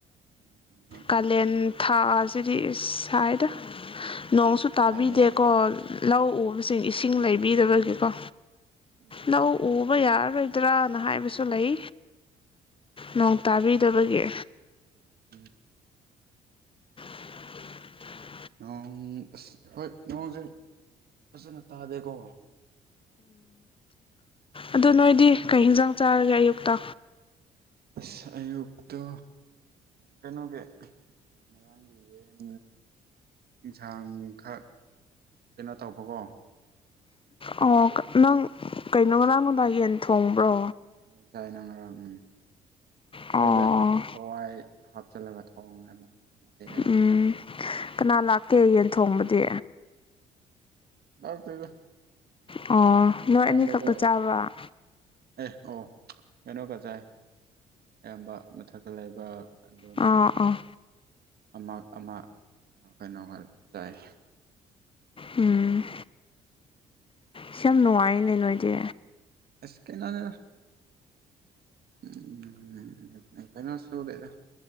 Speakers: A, on the right (about 55°); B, on the left (about 30°).
A: <unintelligible>
B: ꯀꯥꯂꯦꯟ ꯊꯥꯁꯤꯗꯤ ꯏꯁ ꯁꯥꯏꯗ ꯅꯣꯡꯁꯨ ꯇꯥꯕꯤꯗꯦꯀꯣ
A: ꯁꯥꯏꯌꯦ
B: ꯂꯧ ꯎꯕꯁꯤꯡ ꯏꯁꯤꯡ ꯂꯩꯕꯤꯗꯕꯒꯤꯀꯣ
A: ꯎꯝ
B: ꯂꯧ ꯎꯕ ꯌꯥꯔꯔꯣꯏ ꯠꯇ꯭ꯔꯥꯅ ꯍꯥꯏꯕꯁꯨ ꯂꯩ ꯅꯣꯡ ꯇꯥꯕꯤꯗꯕꯒꯤ
A: ꯎꯝ
B: <unintelligible>
A: ꯅꯣꯡ ꯑꯁ ꯍꯣꯏ ꯅꯣꯡꯁꯦ ꯐꯖꯅ ꯇꯥꯗꯦꯀꯣ
B: ꯑꯗꯨ ꯅꯣꯏꯗꯤ ꯀꯩ ꯍꯤꯟꯖꯥꯡ ꯆꯥꯔꯒꯦ ꯑꯌꯨꯛꯇ
A: ꯑꯁ ꯑꯌꯨꯛꯇꯨ ꯀꯩꯅꯣꯒꯤ ꯉꯔꯥꯡꯒꯤ ꯌꯦꯟ ꯏꯟꯁꯥꯡ ꯈꯔ ꯀꯩꯅꯣ ꯇꯧꯕꯀꯣ
B: ꯑꯣ ꯅꯪ ꯀꯩꯅꯣ ꯉꯔꯥꯡ ꯅꯨꯡꯗꯥꯡ ꯌꯦꯟ ꯊꯣꯡꯕ꯭ꯔꯣ
A: ꯌꯦꯟ ꯆꯥꯏꯅ ꯉꯔꯥꯡ ꯎꯝ
B: ꯑꯣ
A: ꯑꯗꯨꯗ ꯍꯋꯥꯏ ꯍꯥꯞꯆꯜꯂꯒ ꯊ‌ꯣꯡꯉ‌ꯦ ꯑꯃꯨꯛ ꯃꯊ‌ꯦ ꯑꯌꯨꯛ
B: ꯎꯝ ꯀꯅꯥ ꯂꯥꯛꯀꯦ ꯌꯦꯟ ꯊꯣꯡꯕꯗꯤ
A: ꯂꯥꯛꯇ‌‌ꯦꯗ
B: ꯑꯣ ꯅꯣꯏ
A: ꯌꯥꯝꯕꯗꯣ
B: ꯑꯅꯤ ꯈꯛꯇ ꯆꯥꯕ꯭ꯔꯥ
A: ꯑ‌ꯩ ꯑꯣ ꯀꯩꯅꯣꯒ ꯆꯥꯏ ꯑꯌꯥꯝꯕ ꯃꯊꯛꯇ ꯂꯩꯕ ꯑꯗꯨꯅꯦ
B: ꯑꯥ ꯑꯥ
A: ꯑꯝꯃꯥ ꯑꯝꯃꯥ ꯑꯥ ꯀꯩꯅꯣ ꯍꯥꯏꯕ ꯇꯥꯏ
B: ꯎꯝ ꯁꯤ ꯌꯥꯝ ꯅꯨꯉꯥꯏꯔꯤꯅꯦ ꯅꯣꯏꯗꯤ
A: ꯑꯁ ꯀꯩꯅ‌ꯣꯅꯤꯗ <unintelligible> ꯀꯩꯅ‌ꯣ ꯁꯨꯗ‌ꯦꯗꯥ